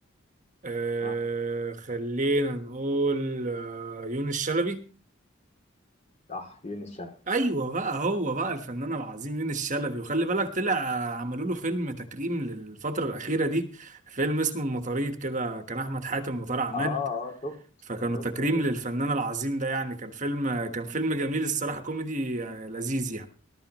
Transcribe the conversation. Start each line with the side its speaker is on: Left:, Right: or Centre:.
Right: آه
Left: ها
Right: خلينا نقول آه يونس شلبي
Left: صح يونس شلبي
Right: ايوه بقى هو بقى الفنان العظيم يونس شلبي وخلي بالك طلع آه، عملوا له فيلم تكريم للفتره الاخيره دي فيلم اسمه المطاريد كده كان احمد حاتم وطارق عماد
Left: اه اه شفت
Right: فكانوا
Left: شفت
Right: تكريم
Left: يا باشا
Right: للفنان العظيم ده يعني كان فيلم آه، كان فيلم جميل الصراحه كوميدي آه، لذيذ يعني